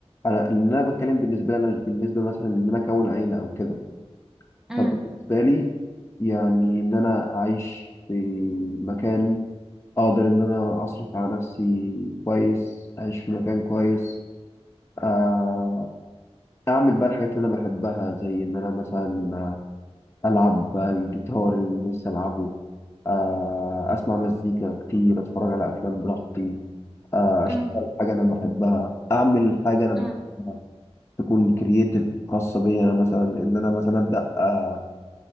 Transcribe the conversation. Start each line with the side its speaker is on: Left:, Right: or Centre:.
Left: انا ان انا بتكلم بالنسبه لي انا مش بالنسبه مثلا ان انا اكون عيله او كده
Centre: مم.
Left: فبالنسبه لي يعني ان انا اعيش في مكان اقدر ان انا اصرف على نفسي كويس اعيش في مكان كويس آه، اعمل بقى الحاجات اللي انا بحبها زي ان انا مثلا العب الجيتار اللي نفسي العبه آه، اسمع مزيكا كتير اتفرج على افلام براحتي آه، اشتغل
Centre: مم.
Left: حاجه انا بحبها اعمل حاجه انا
Centre: مم.
Left: بحبها تكون كرييتيف خاصه بيا انا مثلا ان انا مثلا ابدا آه،